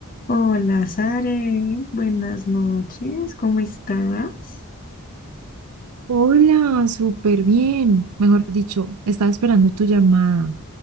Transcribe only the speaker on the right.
Hola, súper bien. Mejor dicho, estaba esperando tu llamada.